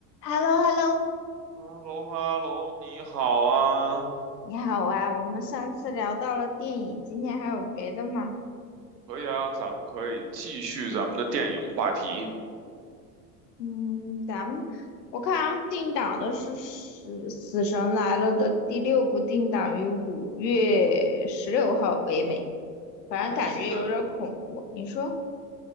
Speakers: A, on the left; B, on the right.
A: h e l l o h e l l o
B: 哈喽哈喽，你好啊，
A: 你好啊，我们上次聊到了电影，今天还有别的吗？
B: 可以啊，咱们可以继续咱们的电影话题。
A: 嗯，咱们我看咱们定档的是死《死神来了》的第六部，定档于五月十六号北美，反正感觉有点恐怖。
B: 你还记得
A: 你说